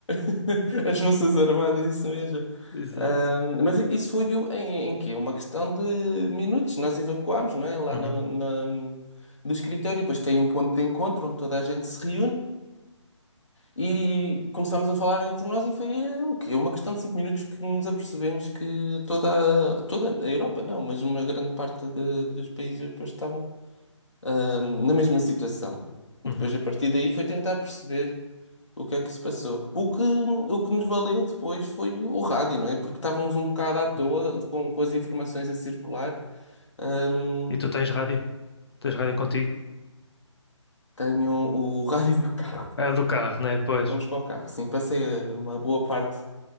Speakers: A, on the left; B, on the left.
A: <laughs> as Forças Armadas, isso mesmo.
B: Exato.
A: Ahm, mas isso foi o- em, em quê? Uma questão de minutos. Nós evacuámos, não é? Lá
B: Uhum.
A: no, na- do escritório. Depois tem um ponto de encontro onde toda a gente se reúne e começámos a falar entre nós e foi eh, o quê? Uma questão de cinco minutos que nos apercebemos que toda, a- toda a Europa, não, mas uma grande parte de- dos países europeus estavam, ahm, na mesma situação. Depois,
B: Uhum.
A: a partir daí, foi tentar perceber o que é que se passou? O que, o que nos valeu depois foi o rádio, não é? Porque estávamos um bocado à
B: Pois.
A: toa com, com as informações a circular. Ahm,
B: E tu tens rádio? Tens rádio contigo?
A: tenho o <laughs> rádio do carro.
B: É do carro, né? Pois.
A: Fomos para o carro, sim. Passei eh, uma boa parte